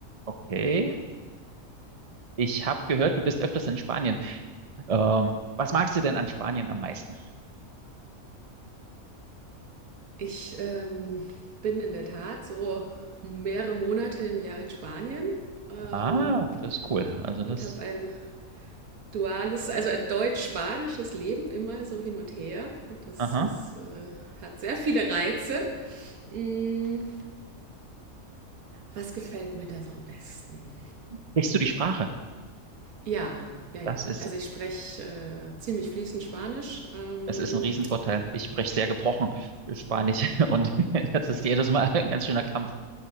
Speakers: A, on the right; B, on the right.
A: Okay. Ich habe gehört, du bist öfters in Spanien. Ähm, was magst du denn an Spanien am meisten?
B: Ich ähm, bin in der Tat so mehrere Monate im Jahr in Spanien ähm,
A: Ah, das ist cool. Also
B: und
A: das,
B: habe ein duales, also ein deutsch-spanisches Leben immer so hin und her. Das
A: aha.
B: ist, äh, hat sehr viele Reize. Mm, was gefällt mir da so am besten?
A: Sprichst du die Sprache?
B: Ja, ja, ja.
A: Das ist,
B: Also ich spreche äh, ziemlich fließend Spanisch. Ähm,
A: das ist ein Riesenvorteil. Ich spreche sehr gebrochen Spanisch <laughs> und das ist jedes Mal ein ganz schöner Kampf.